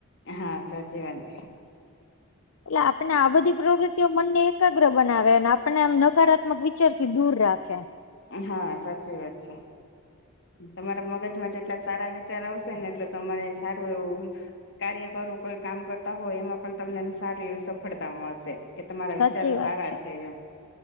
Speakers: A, on the left; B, on the left.
A: હા સચીવંત
B: એટલે આપણે આ બધી પ્રવૃતિઓ મનને એકાગ્ર બનાવે અને આપને આમ નકારાત્મક વિચાર થી દૂર રાખે
A: હા સાચી વાત છે તમારા મગજમાં જેટલા સારા વિચાર આવશે ને એટલ તમારે સારું એવું કાર્ય કરો કોઈ કામ કરતા હોય એમાં પણ તમને એ સારીું એવી સફળતા મળશે કે તમારા
B: સાચી
A: વિચારો
B: વાત
A: સારા છે એમ